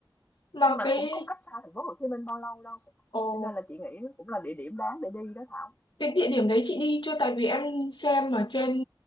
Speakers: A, on the left (about 70°); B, on the left (about 20°).
A: mà
B: nhưng mà
A: cái
B: nó cũng không cách xa thành phố Hồ Chí Minh bao lâu đâu
A: ồ,
B: cho nên là chị nghĩ nó cũng là địa điểm đáng để đi đó Thảo
A: cái địa điểm đấy chị đi chưa tại vì em xem ở trên